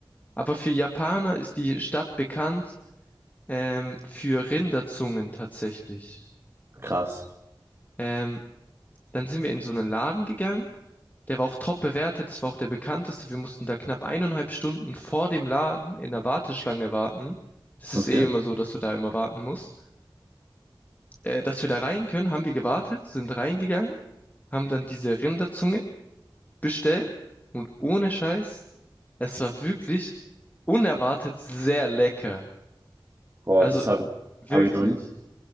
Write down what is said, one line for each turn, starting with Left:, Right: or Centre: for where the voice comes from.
Left: Aber für Japaner ist die Stadt bekannt ähm, für Rinderzungen tatsächlich.
Right: Krass.
Left: Ähm, dann sind wir in so einen Laden gegangen. Der war auch top bewertet. Das war auch der bekannteste. Wir mussten da knapp eineinhalb Stunden vor dem Laden in der Warteschlange warten. Das ist
Right: Okay.
Left: eh immer so, dass du da immer warten musst. äh, dass wir da rein können, haben wir gewartet, sind reingegangen, haben dann diese Rinderzunge bestellt und ohne Scheiß, es war wirklich unerwartet sehr lecker.
Right: Boah,
Left: Also
Right: das habe ich,
Left: wirklich.
Right: hab ich noch nie.